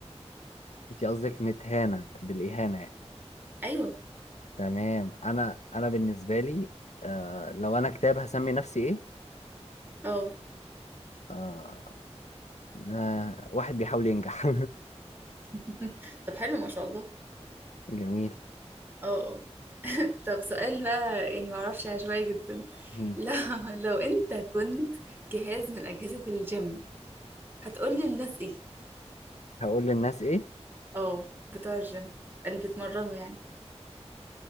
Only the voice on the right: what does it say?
أيوه
أه
<laughs> طب حلو ما شاء الله
أه أه. <laughs> طب سؤال بقى يعني معرفش عشوائي جدا <laughs>
لو لو انت كنت جهاز من أجهزة الجيم هتقولي الناس ايه
اه بتوع الجيم اللي بيتمرنوا يعني